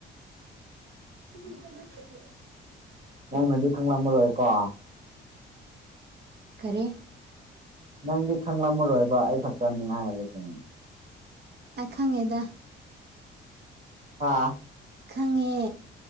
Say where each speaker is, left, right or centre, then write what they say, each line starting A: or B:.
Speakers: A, on the right (about 55°); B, on the right (about 35°).
A: <unintelligible>
B: ꯅꯪꯅꯗꯤ ꯈꯡꯂꯝꯃꯔꯣꯏꯀꯣ
A: ꯀꯔꯤ
B: ꯅꯪꯗꯤ ꯈꯪꯂꯝꯃꯔꯣꯏꯕ ꯑꯩ ꯈꯛꯇꯅꯤ ꯍꯥꯏꯕꯁꯤ
A: ꯑꯩ ꯈꯪꯉꯦꯗ
B: ꯑꯥ
A: ꯈꯪꯉꯦ